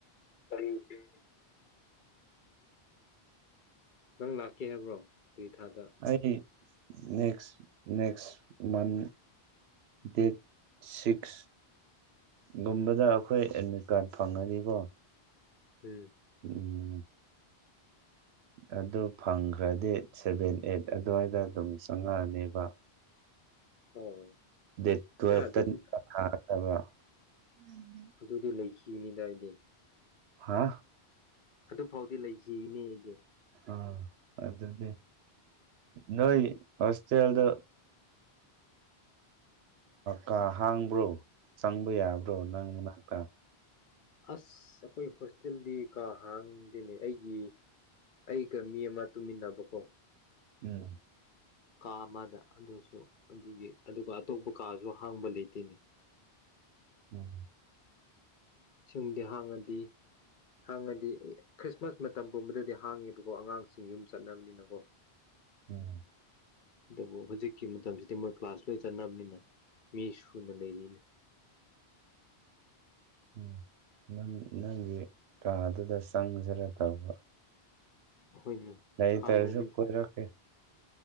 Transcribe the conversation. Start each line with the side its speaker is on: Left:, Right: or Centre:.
Left: <unintelligible> ꯅꯪ ꯂꯥꯛꯀꯦ ꯍꯥꯏꯕ꯭ꯔꯣ ꯀꯔꯤ ꯊꯥꯗ
Right: ꯑꯩ next next month date six ꯒꯨꯝꯕꯗ ꯑꯩꯈꯣꯏ ꯑꯦꯗꯃꯤꯠ ꯀꯥꯔꯠ ꯐꯪꯉꯅꯤꯀꯣ
Left: ꯎꯝ
Right: ꯎꯝ ꯑꯗꯨ ꯐꯪꯈ꯭ꯔꯗꯤ ꯁꯦꯚꯦꯟ ꯑꯩꯠ ꯑꯗꯨꯋꯥꯏꯗ ꯑꯗꯨꯝ ꯆꯪꯉꯛ ꯑꯅꯦꯕ
Left: ꯑꯣ
Right: ꯗꯦꯠ ꯇꯨꯋꯦꯞꯇ
Left: ꯑꯦ ꯑꯗꯨꯗꯤ
Right: ꯀꯥ ꯍꯥꯡꯒꯗ꯭ꯔꯣ ꯎꯝ
Left: ꯑꯗꯨꯗꯤ ꯂꯩꯈꯤꯅꯤ ꯗꯥꯏꯗꯤ
Right: ꯍꯥꯥ
Left: ꯑꯗꯨꯐꯥꯎꯗꯤ ꯂꯩꯈꯤꯅꯤ ꯑꯩꯗꯤ
Right: ꯑꯥ ꯑꯗꯨꯗꯤ ꯅꯣꯏ ꯍꯣꯁꯇꯦꯜꯗꯣ ꯀꯥ ꯍꯥꯡꯕ꯭ꯔꯣ ꯆꯪꯕ ꯌꯥꯕ꯭ꯔꯣ ꯅꯪ ꯃꯅꯥꯛꯇ
Left: ꯑꯁ ꯑꯩꯈꯣꯏ ꯍꯣꯁꯇꯦꯜꯗꯤ ꯀꯥ ꯍꯥꯡꯗꯦꯅꯦ ꯑꯩꯒꯤ ꯑꯩꯒ ꯃꯤ ꯑꯃ ꯇꯨꯃꯤꯟꯅꯕꯀꯣ
Right: ꯎꯝ
Left: ꯀꯥ ꯑꯃꯗ ꯑꯗꯨꯁꯨ ꯑꯗꯨꯒꯤ ꯑꯗꯨꯒ ꯑꯇꯣꯞꯄ ꯀꯥꯁꯨ ꯍꯥꯡꯕ ꯂꯩꯇꯦꯅꯦ
Right: ꯎꯝ
Left: ꯁꯨꯝꯗꯤ ꯍꯥꯡꯉꯗꯤ ꯍꯥꯡꯉꯗꯤ ꯈ꯭ꯔꯤꯁꯃꯥꯁ ꯃꯇꯝ ꯄꯨꯝꯕꯗꯗꯤ ꯍꯥꯡꯉꯦꯕꯀꯣ ꯑꯉꯥꯡꯁꯤꯡ ꯌꯨꯝ ꯆꯠꯅꯕꯅꯤꯅꯀꯣ
Right: ꯎꯝ
Left: ꯑꯗꯨꯕꯨ ꯍꯧꯖꯤꯛꯀꯤ ꯃꯇꯝꯁꯤꯗꯤ ꯃꯣꯏ ꯀ꯭ꯂꯥꯁ ꯂꯣꯏ ꯆꯠꯅꯕꯅꯤꯅ ꯃꯤꯁꯨꯨꯅ ꯂꯩꯔꯤꯅꯦ
Right: <inaudible> ꯎꯝ ꯅꯪ ꯅꯪꯒꯤ ꯀꯥꯗꯨꯗ ꯆꯪꯖꯤꯔꯥ ꯇꯧꯕ
Left: ꯑꯩꯈꯣꯏꯅ
Right: ꯂꯩꯇ꯭ꯔꯁꯨ
Left: ꯍꯥꯡꯉꯗꯤ
Right: ꯀꯣꯏꯔꯛꯀꯦ